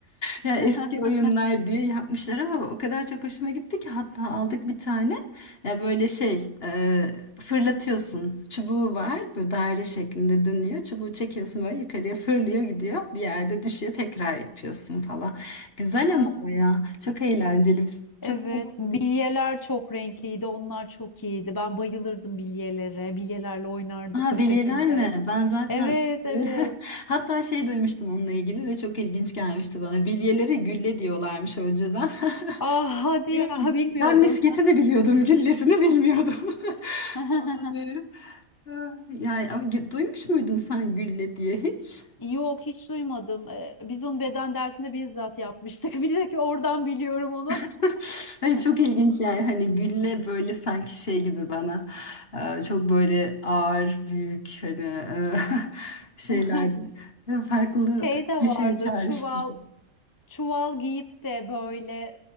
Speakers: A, on the left (about 45°); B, on the left (about 25°).
A: Yani
B: <laughs>
A: eski oyunlar diye yapmışlar ama o kadar çok hoşuma gitti ki hatta aldık bir tane. Ya böyle şey e, fırlatıyorsun. Çubuğu var böyle daire şeklinde dönüyor. Çubuğu çekiyorsun böyle yukarıya fırlıyor gidiyor. Bir yerde düşüyor tekrar yapıyorsun falan. Güzel
B: Ha,
A: ama baya. Çok eğlenceli. Biz çok
B: Evet,
A: eğlendik.
B: bilyeler çok renkliydi, onlar çok iyiydi. Ben bayılırdım bilyelere, bilyelerle oynardık
A: Aa,
B: o
A: belirler
B: şekilde.
A: mi? Ben zaten
B: Evet,
A: <laughs>
B: evet.
A: hatta şey duymuştum onunla ilgili de çok ilginç gelmişti bana. Bilyelere gülle diyorlarmış önceden. <laughs>
B: Ah hadi
A: Diyor
B: ya,
A: ki
B: bilmiyordum.
A: ben misketini biliyordum, güllesini bilmiyordum. <laughs>
B: <laughs>
A: Falan diyorum. Aa, Yani ama gü- duymuş muydun sen gülle diye hiç?
B: Yok hiç duymadım. Ee, biz onu beden dersinde bizzat yapmıştık. <laughs> Bir de ki oradan biliyorum onu.
A: <laughs> Hani çok ilginç yani hani gülle böyle sanki şey gibi bana e, çok böyle ağır büyük hani e, <laughs> şeylerde
B: <laughs>
A: farklı
B: Şey de
A: bir
B: vardı
A: şey çağrıştırıyor.
B: çuval çuval giyip de böyle